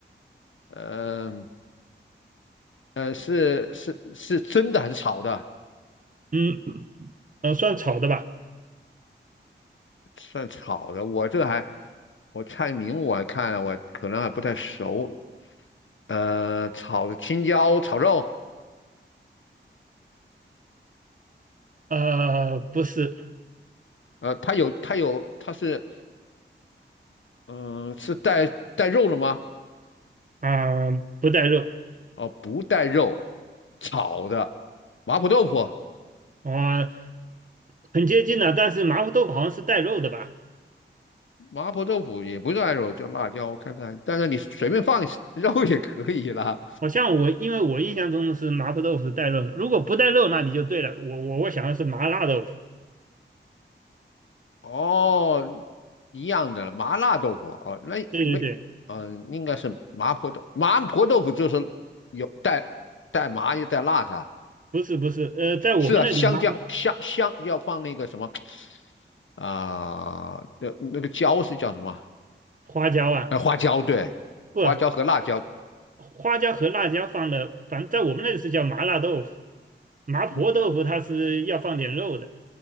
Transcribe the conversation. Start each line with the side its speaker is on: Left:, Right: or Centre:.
Left: 嗯呃，呃是是是真的还是炒的？
Right: 嗯，呃，算炒的吧？
Left: 算炒的，我这还我菜名我还看了，我可能还不太熟。呃，炒青椒炒肉，
Right: 呃，不是，
Left: 呃，它有它有它是嗯、是带带肉的吗？
Right: 啊、不带肉，
Left: 哦、不带肉，炒的麻婆豆腐，
Right: 啊、很接近了。但是麻婆豆腐好像是带肉的吧？
Left: 麻婆豆腐也不算肉，就辣椒我看看，但是你随便放 <laughs> 肉也可以啦。
Right: 好像我，因为我印象中是麻婆豆腐是带肉的。如果不带肉，那你就对了。我我我想的是麻辣豆腐。
Left: 哦，一样的了麻辣豆腐哦，那没，
Right: 对对对，
Left: 嗯，应该是麻婆豆麻婆豆腐就是有带带麻又带辣的，
Right: 不是不是，呃，在我们那里麻
Left: 是啊，香蕉香香要放那个什么。啊、那那个椒是叫什么？
Right: 花椒啊，
Left: 呃，花椒对，
Right: 不，
Left: 花椒和辣椒。
Right: 花椒和辣椒放的，反正在我们那里是叫麻辣豆腐。麻婆豆腐它是要放点肉的
Left: 你